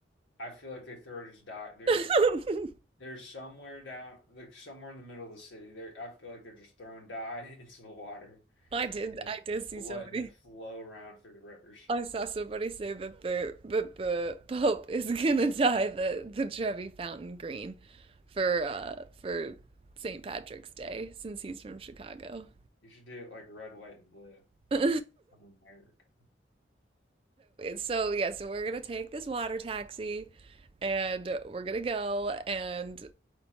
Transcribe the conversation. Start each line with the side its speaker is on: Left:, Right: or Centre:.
Left: I feel like they throw just dye. There's
Right: <laughs>
Left: there's somewhere down like somewhere in the middle of the city there. I feel like they're just throwing dye <laughs> into the water
Right: I did
Left: and
Right: I did see
Left: letting
Right: somebody.
Left: it flow around through the rivers.
Right: I saw somebody say that the that the Pope is gonna dye the the Trevi Fountain green for uh for St. Patrick's Day since he's from Chicago.
Left: You should do it like red, white, and blue
Right: <laughs> but
Left: on America.
Right: so yeah, so we're gonna take this water taxi, and we're gonna go. And